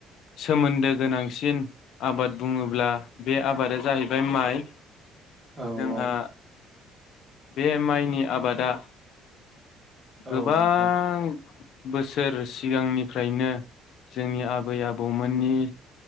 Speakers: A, on the left; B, on the right.
A: सोमोन्दो गोनांसिन आबाद बुङोब्ला बे आबादा जाहैबाय माइ।
B: औ
A: जोंहा
B: औ
A: बे माइनि आबादा गोबां
B: औ नोंथां
A: बोसोर सिगांनिफ्रायनो जोंनि आबै आब बौमोननि